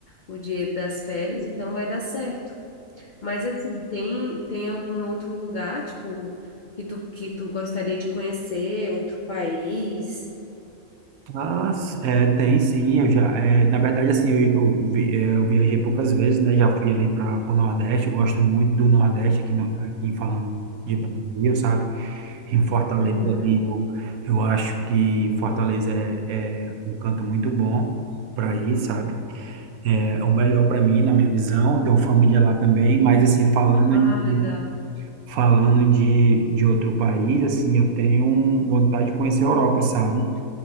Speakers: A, on the left; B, on the right.
A: o dinheiro das férias, então vai dar certo. Mas assim, tem tem algum outro lugar, tipo, que tu que tu gostaria de conhecer, outro país?
B: ah, s- é, tem sim, eu já, é, na verdade, assim, eu, eu, vi- é, eu viajei poucas vezes, né, já fui ali para o Nordeste, eu gosto muito do Nordeste, aqui, no, aqui falando de Brasil, sabe? Em Fortaleza,
A: Uhum.
B: ali, eu, eu acho que em Fortaleza é, é um canto muito bom para ir, sabe? É, é o melhor para mim, na minha visão. Tenho família lá também, mas assim, falando
A: Ah, legal.
B: de, falando de, de outro país, assim, eu tenho um, vontade de conhecer a Europa, sabe?